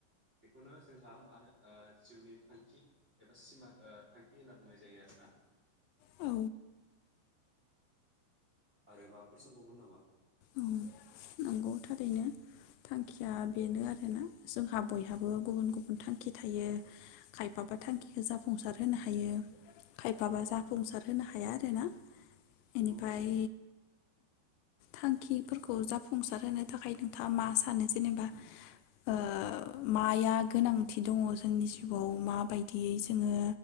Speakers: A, on the right; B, on the left.
A: बेखौनो जोंहा मा होनो जिउनि थांखि एबा सिमां ओ थांखि होनना बुंनाय जायो आरोना
B: औ
A: आरो माबाफोर सोंबावगोन नामा?
B: औ नंगौ थारैनो थांखिया बेनो आरोना जोंहा बयहाबो गुबुन गुबुन थांखि थायो खायफाबा थांखिखो जाफुंसार होनो हायो खायफाबा
A: औ
B: जाफुंसार होनो हाया आरोना इनिफाय
A: औ
B: थांखिफोरखौ जाफुंसार होनो थाखाय नोंथाङा मा सानो जेनेबा ओ माया गोनांथि दङ जोंनि जिउआव माबायदियै जोङो